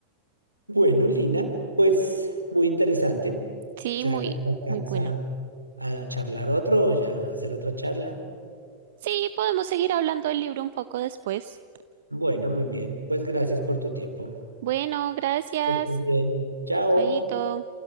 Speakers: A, on the right; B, on the right.
A: Bueno, Lina, pues muy interesante.
B: Sí,
A: ¿Será
B: muy
A: que nos alcanza
B: muy bueno.
A: a charlar otro o ya no hacer otra charla?
B: Sí, podemos seguir hablando del libro un poco después.
A: Bueno, muy bien. Pues gracias por tu tiempo.
B: Bueno, gracias.
A: Que estés bien. Chao.
B: Chaito.